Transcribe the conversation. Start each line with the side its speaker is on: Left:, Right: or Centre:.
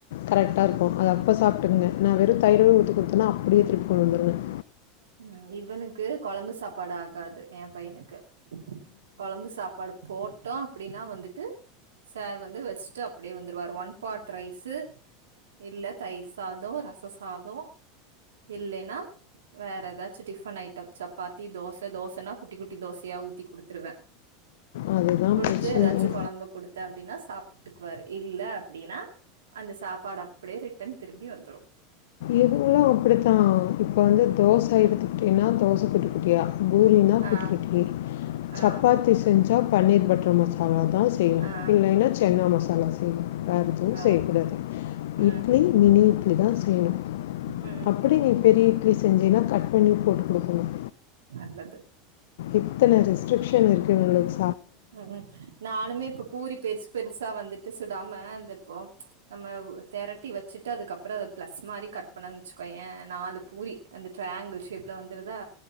Left: கரெக்டா இருக்கும் அத அப்ப சாப்ட்டுகுங்க நான் வெறும் தயிர கொடுத்தனா அப்டியே திருப்பி கொண்டுவந்துருவேன்
Right: ம் இவனுக்கு கொழம்பு சாப்பாடு ஆகாது என் பையனுக்கு கொழம்பு சாப்பாடு போட்டோம் அப்டின்னா வந்து வந்துட்டு சார் வந்து வச்சுட்டு அப்டியே வந்துருவாரு ஒன் பார்த் ரைஸு இல்ல தயிர் சாதோ ரச சாதோ இல்லைன்னா வேற ஏதாச்சும் டிஃபன் ஐட்டம் சப்பாத்தி தோச தோசன்னா குட்டி குட்டி தோசையா ஊத்தி குடுத்துருவேன்
Left: அதுதான்
Right: குடுத்து
Left: பிரச்சனையே
Right: ஏதாச்சும் கொழம்பு குடுத்தேன் அப்டின்னா சாப் வீட்டுக்குவார இல்ல அப்டின்னா அந்த சாப்பாடு அப்டியே ரிட்டன் திரும்பி வந்துரும்
Left: இதுவும் அப்படித்தான் இப்ப வந்து தோசை எடுத்துக்கிட்டியன தோசை குட்டி குட்டியா பூரினா
Right: ஆ
Left: குட்டிக்கிட்டி
Right: ஆ
Left: சப்பாத்தி செஞ்சா பன்னீர் பட்டர் மசாலா தான் செய்யணும்
Right: ஆ
Left: இல்லன்னா சென்ன மசாலாதா செய்யணும் வேறு
Right: அ
Left: எதுவும்
Right: ஆ
Left: செய்யக்கூடாது
Right: ம்
Left: இட்லி மினிட் இப்படிதா செய்யனும்
Right: ம்
Left: அப்படி நீ பெரிய கிஸ்ட்ஷ் செஞ்சின்னா கட் பண்ணி போட்டு குடுக்கணும்
Right: நல்லது
Left: இத்தன ரிஸ்டேக்க்ஷன் இருக்கு உங்களுக்கு
Right: உம்உம் நானுமே இப்ப பூரி பெருசு பெருசா வந்துட்டு சுடாம அந்த இப்போ நம்ம தேரட்டி வச்சுட்டு அதுக்கப்பறம் அத ப்ளஸ் மாரி கட் பன்னனு வேச்சுக்கோய நாலு பூரி அந்த ட்ரையாங்கிள் ஷேப்லா வந்துருதா